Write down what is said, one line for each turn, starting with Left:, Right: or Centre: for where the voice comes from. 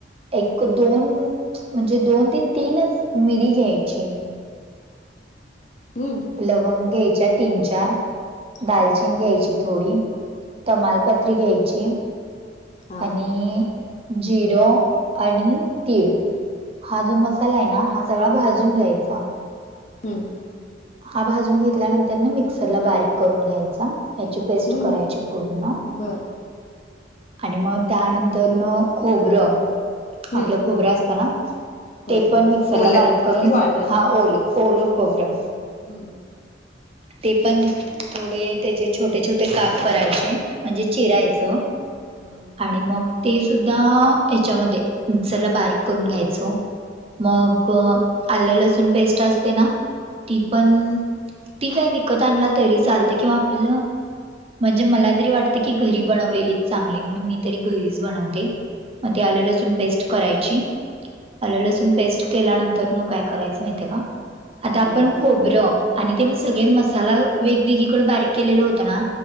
Right: एक दोन म्हणजे दोन ते तीनच मिरी घ्यायची.
Left: हम,
Right: लवंग घ्यायच्या तीन चार दालचीन
Left: हा हा
Right: घ्यायची थोडी. तमालपत्री घ्यायची
Left: हा
Right: आणि. जीर आणि तीळ. हा, जो मसाला आहे ना हा सगळा भाजून घ्यायचा.
Left: हम्म,
Right: हा भाजून घेतल्यानंतर न मिक्सरला बारीक करून घ्यायचा. त्याची पेस्ट
Left: हम्म
Right: करायची पूर्ण.
Left: बरं
Right: आणि मग, त्यानंतरन खोबरं
Left: हम्म
Right: आपलं खोबर असतं ना,
Left: होय
Right: ते पण मिक्सरला
Left: ओलं
Right: बारीक करून,
Left: की वाळलं
Right: हा ओलं ओलं खोबरं.
Left: हुं..
Right: ते पण थोडे त्याचे छोटे -छोटे काप करायचे, म्हणजे चिरायचं.
Left: हं...
Right: आणि मग ते सुद्धा हेच्यामध्ये मिक्सरला बारीक करून घ्यायचो. मग, आलं लसूण पेस्ट असते ना, ती
Left: हम्म
Right: पण ती काय विकत आणला तरी चालतंय किंवा आपलं म्हणजे मला तरी वाटतं की, घरी बनवलेली चांगली म्हणून मी तरी घरीच बनवते. मग ते आलं -लसुण पेस्ट करायची. अल्लं- लसूण पेस्ट केल्यानंतरनं काय करायचं माहितीय का? आता आपण
Left: हम्म
Right: खोबरं आणि ते सगळे मसाला वेगवेगळीकडे बारीक केलेला होतं ना,